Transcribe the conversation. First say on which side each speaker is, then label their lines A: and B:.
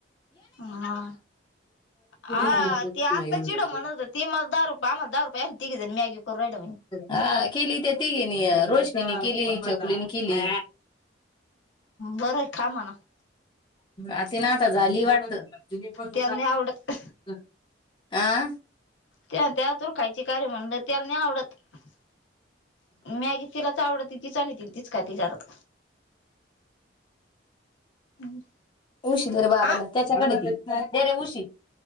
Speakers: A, on the left; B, on the left.
A: हा हा
B: सांगितलं तर
A: ती आता
B: नाही आमच्याकडे.
A: चिड म्हणत होत ती मला दहा रूप दहा रूप जा तीघीजन मॅगी <unintelligible>
B: हा केली त्या तीगिणी रोशनीनी केली, छकुलीनी केली.
A: बरंय खा म्हणाव
B: आ ती ना आता झाली वाटतं
A: त्याला नाही आवडत.
B: <unintelligible> आं
A: त्या त्यात कायच का कार्य म्हनल त्याल नाही आवडत. <unintelligible> मॅगी तिलाच आवड तिच आणिती न तीच खाती घरात. <unintelligible>
B: उशी देरे बाबाला,
A: आ
B: त्याच्याकडे दे, देरे उशी.